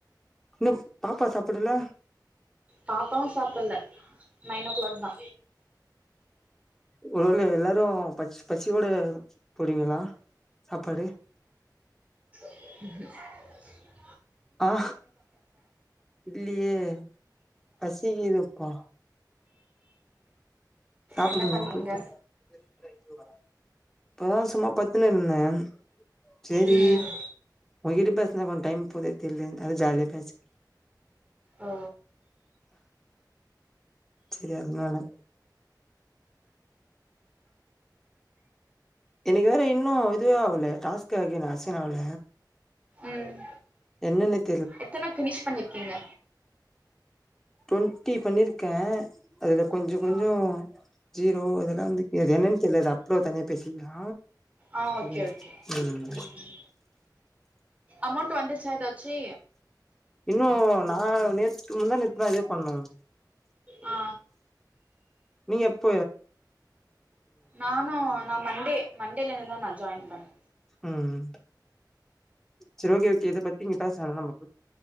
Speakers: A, in the centre; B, on the right (about 20°).
A: இன்னு சாப்பாட் சாப்பிடல
B: பாப்பாவு சாப்புல்ல நைன் ஓ கிளாக் தா
A: ஒருவேள எல்லாரு பச் பசியோட போடுவீங்களா சாப்பாடு
B: உம்
A: ஆ இல்லியே பசி கீதுப்பா சாப்புடுணு
B: என்ன பண்றீங்க
A: <unintelligible> இப்பதா சும்மா பத்துன்னு இந்தே சேரி
B: ம்
A: உங்கிட்ட பேச இதுல கொஞ் டைம் போதே தெரில <unintelligible> அத ஜாலியா பேசி
B: ஓ
A: செரி அதனால எனைக்கு வேற இன்னு இதுவே ஆகல டாஸ்க்க அசைன் ஆகல
B: ம்
A: என்னென்ன தெ
B: எத்தன ஃபினிஷ் பண்ணிருக்கீங்க
A: டவெண்ட்டி பண்ணிருக்கே அதுல கொஞ்ச கொஞ்ச
B: ஆ
A: ஜீரோ அதெல்லா வந்து இது என்னன்னு தெரில அப்பளோ தனியா பேசிக்கலா
B: ஆ ஓகே
A: ம்
B: ஓகே ம் அமௌண்ட் வந்துருச்சா ஏதாச்சு
A: இன்னு நா நேத்துக்கு முந்தான நேத்து தா இதே பண்ணு
B: ஆ
A: நீ எப்ப
B: நானு ந மண்டே மண்டேலேந்து தா நா ஜாயின் பண்ணே
A: ம் ம் செரி ஓகே ஓகே இத பத்தி இங்க பேச வேணா நமக்கு